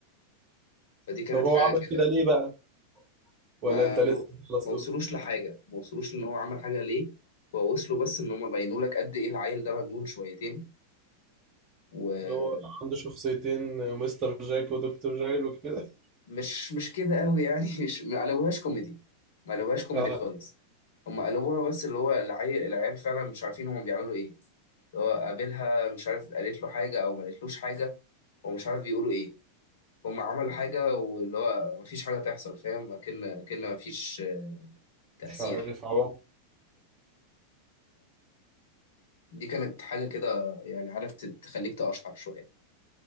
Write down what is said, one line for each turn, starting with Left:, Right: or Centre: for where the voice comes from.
Left: فدي كانت
Right: طب هو
Left: حاجه
Right: عمل
Left: كده
Right: كده ليه بقى
Left: ما
Right: ولا انت لسه
Left: ما
Right: خلصته
Left: ما وصلوش لحاجه ما وصلوش ان هو عمل حاجه ليه هو وصلوا بس ان هم بينوا لك قد ايه العيل ده مجنون شويتين و
Right: اللي هو عنده شخصيتين مستر جاك ودكتور جايل وكده
Left: مش مش كده قوي يعني <laughs> مش ما قلبوهاش كوميدي ما قلبوهاش كوميدي
Right: اه
Left: خالص هم قلبوها بس اللي هو العيال العيال فعلا مش عارفين هم بيعملوا ايه اللي هو قابلها مش عارف قالت له حاجة او ما قالتلوش حاجة هو مش عارف بيقولوا ايه هم عملوا حاجة واللي هو مفيش حاجة تحصل فاهم اكن كأن مفيش آه، تأثير
Right: مش عارف عوض
Left: دي كانت حاجة كده يعني عارف تت- تخليك تقشعر شوية